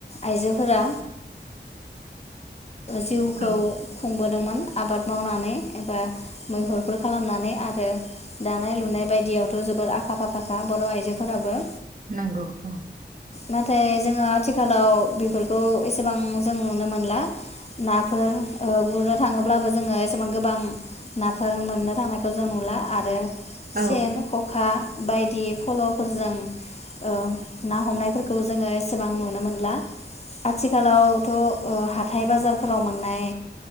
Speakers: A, on the left; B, on the right.
A: आइजोफोरा जिउखौ
B: औ
A: खुंबोदोंमोन आबाद मावनानै एबा मैहुरफोर खालामनानै आरो दानाय लुनाय बायदियावथ जोबोर आखा फाखाखा बर आइजोफोराबो।
B: नांगौ औ।
A: नाथाय जोङो आथिखालाव बेफोरखौ एसेबां जों नुनो मोनला। नाफोर ओ गुरनो थाङोब्लाबो जोङो एसेबां गोबां नाफोर मोननो थांनायखौ जों नुला आरो
B: औ
A: सेन खखा बायदि फलफोरजों ओ ना हमनायफोरखौ जोङो एसेबां नुनो मोनला आथिखालावथ ओ हा हाथाइ बाजारफोराव मोननाय